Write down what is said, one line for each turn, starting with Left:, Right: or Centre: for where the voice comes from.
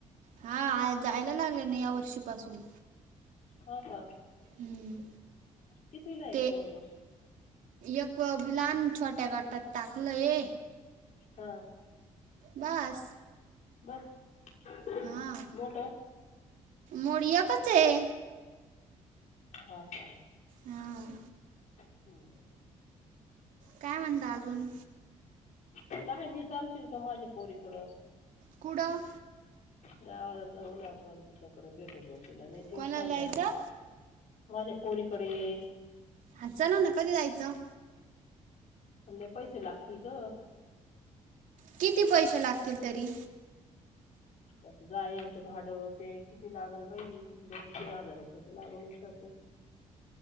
Right: हा जायला लागले ना या वर्षीपासून
Left: हो का
Right: हम्म,
Left: कितवीला आहे
Right: ते
Left: पोरग
Right: एक लाहान छोट्या गटात टाकल ए
Left: हा,
Right: बस
Left: बस <unintelligible>
Right: हा मोड एकचये.
Left: हो काय.
Right: हमम.
Left: <inaudible>
Right: काय म्हणता आजून
Left: काय नाही चालशील का माझ्या पोरीकड
Right: कुठं
Left: गावाला जाऊना आपण त्याच्याकड भेटू येऊ तिला लई दिवस
Right: कोणाला
Left: झाले
Right: जायचं
Left: आता, माझ्या पोरीकडे
Right: हा चला ना कधी जायचं?
Left: लई पैसे लागतील गं
Right: किती पैसे लागतील तरी?
Left: त्याचं जायचं भाडं ते किती लागल बाई दोन तीन हजार रुपय तर लागूनच जाते.